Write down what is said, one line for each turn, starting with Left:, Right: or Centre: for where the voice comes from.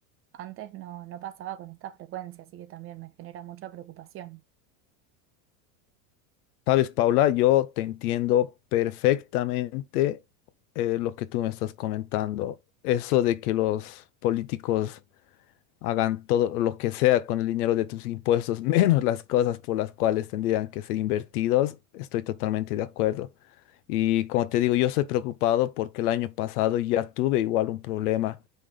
Right: antes no, no pasaba con esta frecuencia, así que también me genera mucha preocupación.
Left: Sabes, Paula, yo te entiendo perfectamente eh, lo que tú me estás comentando. Eso de que los políticos hagan todo lo que sea con el dinero de tus impuestos, <laughs> menos las cosas por las cuales tendrían que ser invertidos, estoy totalmente de acuerdo. Y como te digo, yo soy preocupado porque el año pasado ya tuve igual un problema.